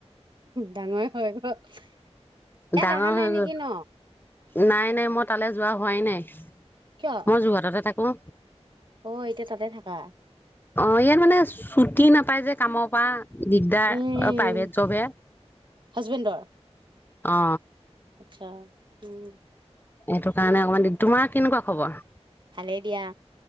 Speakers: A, on the right; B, on the left.
A: ডাঙৰে হৈ গ'ল। ইয়াত
B: ডাঙৰ
A: অহা নাই
B: হৈ
A: নেকি
B: গ'ল
A: ন?
B: নাই, নাই মই তালৈ যোৱা হোৱাই নাই।
A: কিয়?
B: মই যোৰহাটতে থাকো। অ'।
A: অ', এতিয়া তাতে থাকা?
B: অ', ইয়াত মানে ছুটি নাপাই যে কামৰ পৰা। দিগদাৰ,
A: উম,
B: প্ৰাইভেট জৱ হে।
A: হাজবেণ্ডৰ?
B: অ।
A: আচ্ছা, উম।
B: এইটো কাৰণে অকমান দিগ, তোমাৰ কেনেকুৱা খবৰ?
A: ভালে দিয়া।